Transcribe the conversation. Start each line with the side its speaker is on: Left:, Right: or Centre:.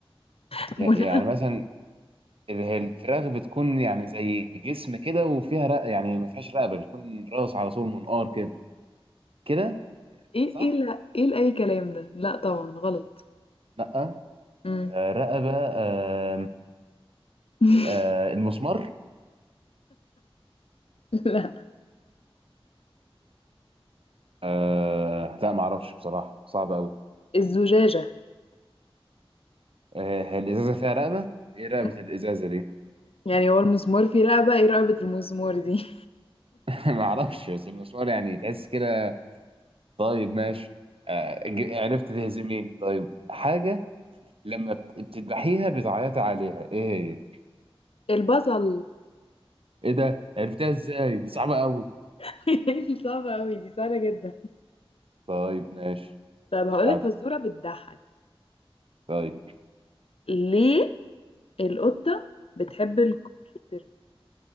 Left: <laughs>
Right: ي-
Left: منى
Right: يعني مثلا ال- هي الفراخ بتكون يعني زي جسم كده وفيها رق يعني ما فيهاش رقبة بتكون راس على طول منقار كده كده
Left: ايه
Right: صح؟
Left: ايه لا ايه لأي كلام ده لا طبعا غلط
Right: لأ
Left: امم
Right: آه رقبة آه
Left: <laughs>
Right: آه المسمار
Left: لا
Right: آه لا معرفش بصراحة صعب أوي
Left: الزجاجة
Right: آه هي الإزازة فيها رقبة؟ إيه رقبة
Left: مم.
Right: الإزازة دي؟
Left: يعني هو المسمار فيه رقبة ايه رقبة المسمار دي
Right: <laughs> معرفش بس المسمار يعني تحس كده طيب ماشي آه، ج- عرفت تهزميني طيب حاجة لما بت- بتذبحيها بتعيطي عليها ايه هي
Left: <laughs> البصل
Right: ايه ده عرفتها ازاي دي صعبة قوي
Left: <laughs> صعبة أوي دي سهلة جدا
Right: طيب ماشي
Left: طب
Right: اللي
Left: هقولك
Right: بعده
Left: فزورة بتضحك
Right: طيب
Left: ليه القطة بتحب الكمبيوتر